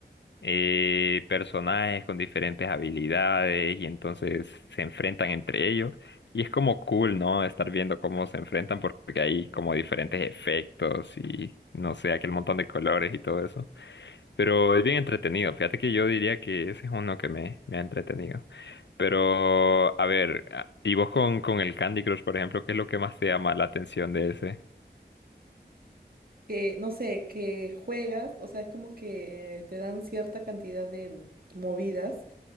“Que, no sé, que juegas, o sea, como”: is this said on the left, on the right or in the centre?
Right